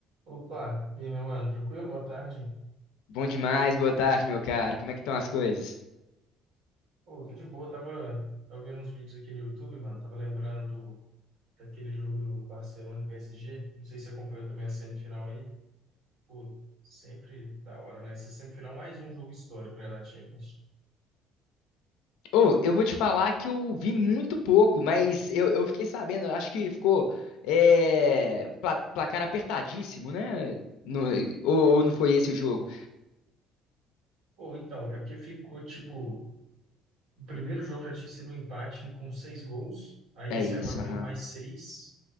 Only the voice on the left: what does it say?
Bom demais, boa tarde, meu caro. Como é que estão as coisas?
Ô, eu vou te falar que eu vi muito pouco, mas eu, eu fiquei sabendo, acho que ficou é, pla- placar apertadíssimo, né? No- ou, ou não foi esse o jogo?
É
isso,
aham.